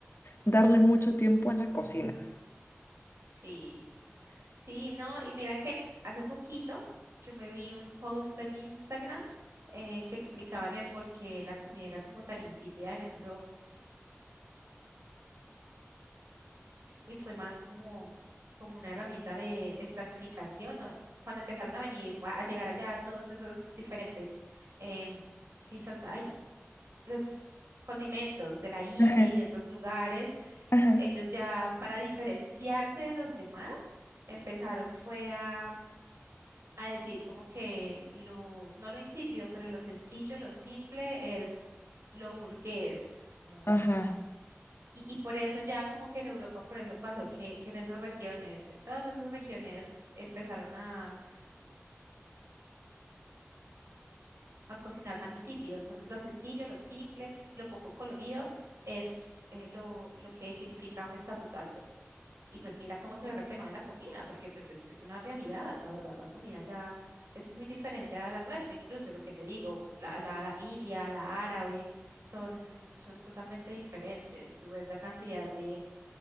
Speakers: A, on the left; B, on the right.
A: darle mucho tiempo a la cocina.
B: Sí, sí, no, y mira que hace poquito yo me vi un post en Instagram eh, que explicaban el por qué la comida era como tan insípida en Europa y fue más como, como una herramienta de estratificación. ¿no? Cuando empezaron a venir, a a llegar allá todos esos diferentes em, seasons, ay, los condimentos de la India
A: Ajá.
B: y de otros lugares.
A: Ajá.
B: Ellos ya para diferenciarse de los demás empezaron fue a, a decir como que lo, no lo insípido, pero lo sencillo, lo simple es lo burgués, como...
A: Ajá.
B: Y, y por eso ya como que en Europa, por eso pasó que, que en esas regiones, en todas esas regiones empezaron a, a cocinar tan insípido. Entonces, lo sencillo, lo simple, lo poco colorido es eh, lo, lo que significa un estatus alto. Y pues mira cómo se ve reflejado en la comida, porque pues es, es una realidad, la verdad, la comida ya es muy diferente a la nuestra, incluso lo que te digo, la, la, la india, la árabe, son, son totalmente diferentes. Tú ves la cantidad de,